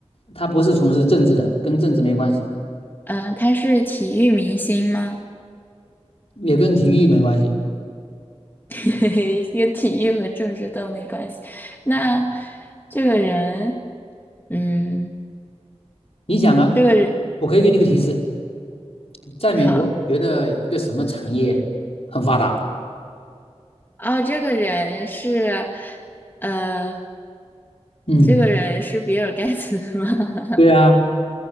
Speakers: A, on the left (about 60°); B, on the left (about 20°).
A: 他不是从事政治的，跟政治没关系，
B: 嗯、他是体育明星吗？
A: 也跟体育没关系。
B: <laughs> 跟体育和政治都没关系。那这个人，嗯，
A: 你想啊，
B: 这个人
A: 我可以给你一个提示，在美国，
B: 好，
A: 你觉得一个什么产业很发达？
B: 哦，这个人是，呃，
A: 嗯，
B: 这个人是比尔盖茨吗？<laughs>
A: 对啊，